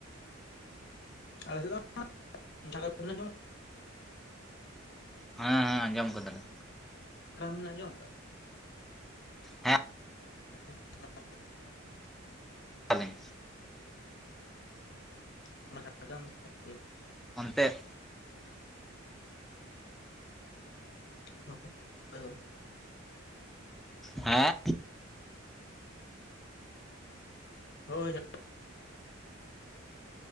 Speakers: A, on the left (about 55°); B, in the centre.
A: ᱟᱞᱮᱥᱮᱫ ᱫᱚ <unintelligible>
B: ᱦᱮᱸ ᱦᱮᱸ ᱟᱸᱡᱚᱢ ᱠᱟᱫᱟᱞᱮ᱾
A: ᱠᱨᱟᱢ ᱵᱤᱱ ᱟᱡᱚᱢ ᱠᱟᱜᱼᱟ?
B: ᱦᱮᱸ᱾
A: <inaudible>
B: ᱟᱞᱤᱧ
A: <unintelligible>
B: ᱚᱱᱛᱮᱫ᱾
A: <unintelligible>
B: ᱦᱮᱸ?
A: ᱦᱳᱭ